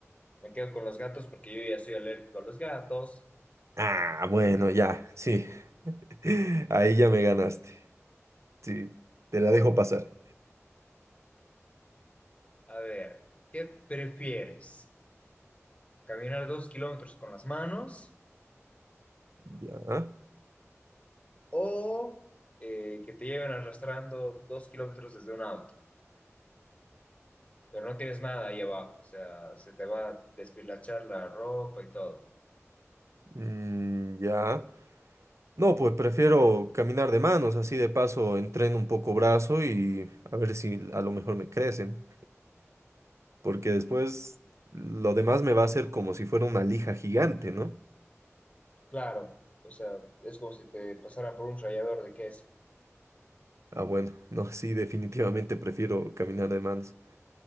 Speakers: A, on the left; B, on the right.
A: Me quedo con los gatos porque yo ya soy alérgico a los gatos.
B: Ah, bueno, ya, sí. <laughs> Ahí ya me ganaste. Sí, te la
A: Ahora,
B: dejo pasar.
A: a ver, ¿qué prefieres? ¿Caminar dos kilómetros con las manos?
B: Ya.
A: o eh, que te lleven arrastrando dos kilómetros desde un auto, pero no tienes nada ahí abajo, o sea, se te va a despilachar la ropa y todo.
B: Mm, ya. No, pues prefiero caminar de manos, así de paso entreno un poco brazo y a ver si a lo mejor me crecen. porque después lo demás me va a hacer como si fuera una lija gigante, ¿no?
A: Claro, o sea, es como si te pasaran por un rallador de queso.
B: Ah, bueno, <laughs> no, sí, definitivamente prefiero caminar de manos.